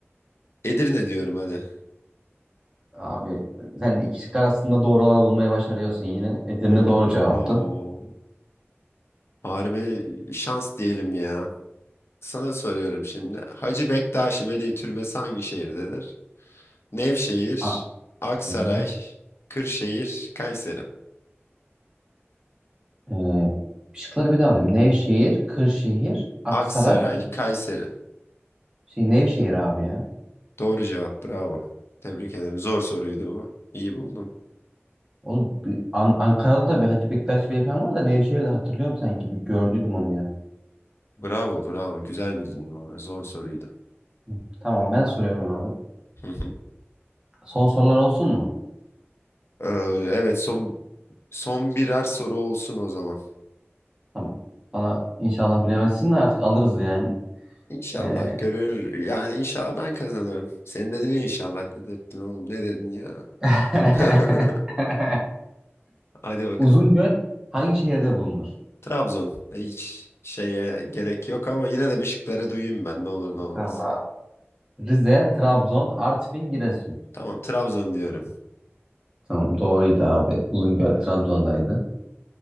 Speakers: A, on the left; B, on the right.
A: Edirne diyorum hadi.
B: Abi sen iki şık arasında doğru olanı bulmayı başarıyorsun yine. Edirne doğru cevaptı.
A: Oo, harbi şans diyelim ya. Sana soruyorum şimdi. Hacı Bektaşi Veli Türbesi hangi şehirdedir? Nevşehir,
B: Ha,
A: Aksaray,
B: hı hı.
A: Kırşehir, Kayseri.
B: Ee, şıkları bir daha alayım. Nevşehir, Kırşehir, Aksaray.
A: Aksaray, Kayseri.
B: Şey Nevşehir abi ya.
A: Doğru cevap, bravo. Tebrik ederim. Zor soruydu bu. İyi buldun.
B: Oğlum, bir- An- Ankara'da da bir Hacı Bektaş Veli falan var da Nevşehir'de hatırlıyorum sanki. Bir gördüydüm onu ya.
A: Bravo, bravo. Güzel bildin onu. Zor soruydu.
B: Hı. Tamam ben soruyorum abi.
A: Hı hı.
B: Son sorular olsun mu?
A: Ee, evet, son son birer soru olsun o zaman.
B: Tamam. Bana inşallah bilemezsin de artık alırız yani.
A: İnşallah
B: Ee...
A: görür. Yani inşallah ben kazanırım. Senin dedin ya inşallah dedirttin oğlum. Ne dedin ya?
B: <laughs>
A: <laughs> Hadi bakalım.
B: Uzungöl hangi şehirde bulunur?
A: Trabzon. E, Hiç şeye gerek yok ama yine de bir şıkları duyayım ben. Ne olur ne olmaz.
B: Tamam. Rize, Trabzon, Artvin, Giresun.
A: Tamam, Trabzon diyorum.
B: Tamam doğruydu abi. Uzungöl Trabzon'daydı.